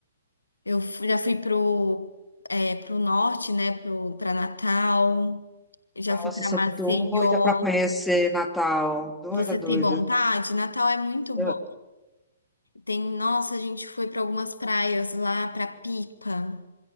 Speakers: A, on the left; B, in the centre.
A: Eu fu- já fui pro é, pro norte, né, pro para Natal. Já
B: Nossa,
A: fui pra
B: eu sou
A: Maceió.
B: doida para conhecer Natal. Doida,
A: Você
B: doida.
A: tem vontade? Natal é muito bom.
B: Eu-
A: Tem, nossa, a gente foi pra algumas praias lá, pra Pipa.